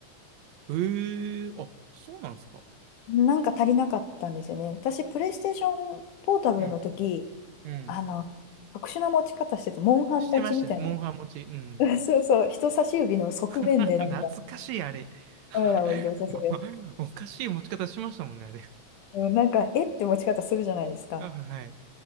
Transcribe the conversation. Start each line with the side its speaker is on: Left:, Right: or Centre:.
Right: ええあ、そうなんですか。
Left: なんか足りなかったんですよね。私、プレイステーションポータブルの時、
Right: うん。うん。
Left: あの、特殊な持ち方してた、モンハン持ちみたいな。
Right: してましたね。モンハン持ち。うん。
Left: <laughs> そうそう、人差し指の側面でなんか
Right: <laughs> 懐かしい、あれ。<laughs>
Left: カメラを移動させるやつ。
Right: おかしい持ち方しましたもんね、あれ。<laughs>
Left: うんなんか、えって持ち方するじゃないですか。
Right: あ、はい。